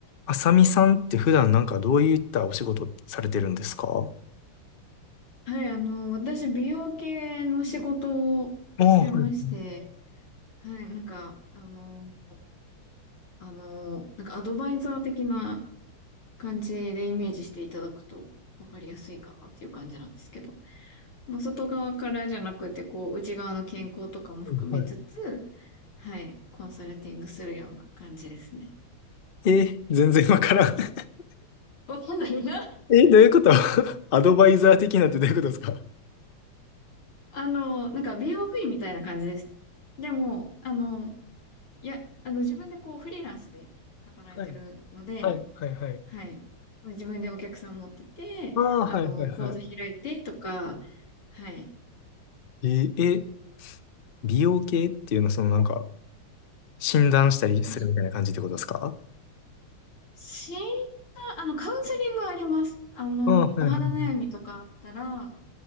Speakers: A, on the left; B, on the left.
A: あさみさんって普段なんかどういったお仕事されてるんですか
B: はい、あの、私、美容系の仕事をしてまして、
A: ああ、はい、
B: はい、なんか、あの、あの、なんかアドバイザー的な感じでイメージしていただくと分かりやすいかなっていう感じなんですけど、まあ、外側からじゃなくて、こう、内側の健康とかも含めつつ、
A: はい、は
B: はい、コンサルティングするような感じですね。
A: い。えー、全然わからん。<laughs>
B: <laughs> わかんないな。
A: え、どういうこと <laughs> アドバイザー的なんてどういうことですか
B: あの、なんか美容不意みたいな感じです。でも、あの、いや、あの、自分でこう、フリーランスで働いてるので、
A: はい、はい、はい、はい。
B: はい。自分でお客さん持ってて、
A: ああ、
B: あの、
A: はい、はい、
B: 講座開いてとか、
A: は
B: はい。
A: い。えー、え、美容系っていうのはそのなんか診断したりするみたいな感じってことですか
B: はい。診断、あの、カウンセリングはあります。あの、
A: ああ、はい、
B: お肌悩みとかあったら、
A: はい、はい。
B: は